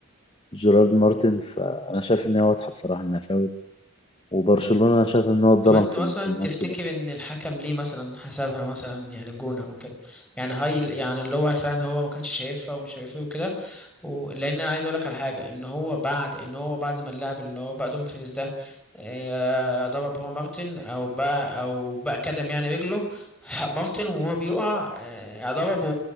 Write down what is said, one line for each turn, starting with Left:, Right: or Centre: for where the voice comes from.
Left: جيرارد مارتن فانا شايف ان هي واضحه بصراحه انها فاول وبرشلونة انا شايف ان هو اتظلم
Centre: طب انت
Left: في
Centre: مثلا
Left: في الماتش
Centre: تفتكر
Left: ده
Centre: ان الحكم ليه مثلا حسبها مثلا يعني جونة وكده يعني هاي يعني اللي هو فعلا هو ما كانش شايفها ومش شايفها وكده و... لان انا عايز اقول لك على حاجه ان هو بعد ان هو بعد ما اللاعب اللي هو بقى دوم فيريز ده آه، ضرب هو مارتن او بقى او بقى كتم يعني رجله <laughs> ح- مارتن وهو بيقع آه، ضربه